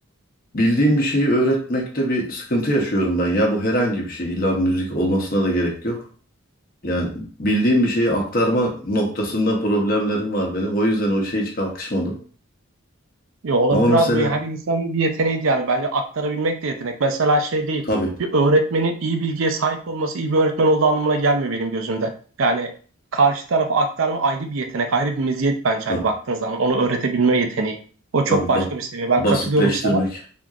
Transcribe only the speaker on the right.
Yo, olabilir
abi. Bu her insanın bir yeteneği yani. Bence aktarabilmek de yetenek. Mesela şey değil.
Bir öğretmenin iyi bilgiye sahip olması iyi bir öğretmen olduğu anlamına gelmiyor benim gözümde. Yani karşı tarafa aktarma ayrı bir yetenek, ayrı bir meziyet bence
hani baktığın zaman. Onu öğretebilme yeteneği. O çok
başka
bir seviye. Ben
katılıyorum sana.